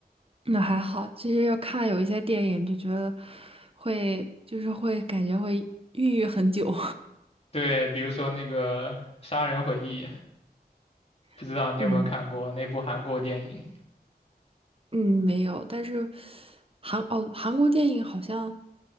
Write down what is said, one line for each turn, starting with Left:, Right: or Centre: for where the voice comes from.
Right: 那还好，其实要看有一些电影就觉得会就是会感觉会抑郁很久，
Left: 对，比如说那个《杀人回忆》，不知道你有没有看过那部韩国电影？
Right: <laughs> 嗯。嗯，没有，但是韩哦，韩国电影好像